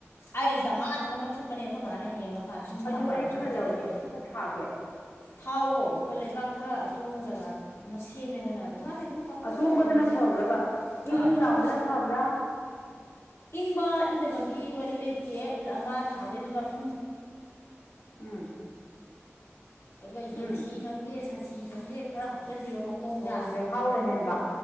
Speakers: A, on the left; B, on the left.
A: ꯑꯩ ꯗꯃꯥꯗ ꯑꯃ ꯀꯛꯊꯠꯄꯅꯦ ꯑꯩꯈꯣꯏ ꯕꯥꯅ ꯍꯦꯛꯡ ꯃꯄꯥꯟ ꯁꯨꯝ
B: ꯑꯗꯨ
A: ꯌꯥꯝꯈꯠꯂꯛꯑꯁꯨ
B: ꯑꯩ ꯈꯔ
A: ꯀꯛꯊꯠꯂꯦꯕ
B: ꯂꯧꯒꯦ ꯈꯔ ꯊꯥꯒꯦ
A: ꯊꯥꯎꯋꯣ ꯑꯩꯈꯣꯏ ꯂꯩꯕꯥꯛ ꯈꯔ ꯑꯇꯣꯡꯕ ꯖꯒꯥ ꯑꯃ ꯁꯦꯝꯃꯦꯗꯅ ꯑꯗꯨ ꯃꯥꯗꯤ ꯑꯗꯨꯝ ꯄꯪꯍꯧꯗ
B: ꯑꯇꯣꯡꯕꯗꯅ
A: ꯍꯧꯕꯅꯤꯗ
B: ꯐꯕ꯭ꯔꯕ ꯏꯪ
A: ꯑꯥ
B: ꯏꯪ
A: ꯑꯇꯣꯡꯕꯅ
B: ꯂꯥꯎꯕꯗꯅ ꯐꯕ꯭ꯔꯥ
A: ꯏꯪꯕ ꯏꯪꯗꯕꯒꯤ ꯋꯥꯔꯤ ꯂꯩꯇꯦ ꯑꯃ ꯊꯥꯗꯣꯏ ꯃꯐꯝ
B: ꯎꯝ
A: ꯑꯗꯨꯒ
B: ꯎꯝ
A: ꯌꯦꯟꯊꯤ ꯈꯪꯗꯦ ꯁꯟꯊꯤ ꯈꯪꯗꯦ ꯈꯔ ꯍꯥꯞꯆꯤꯟꯕꯤꯔꯣ ꯃꯈ ꯈꯣꯡꯗ
B: ꯑꯣ ꯂꯩꯍꯥꯎ ꯂꯩꯍꯟꯕ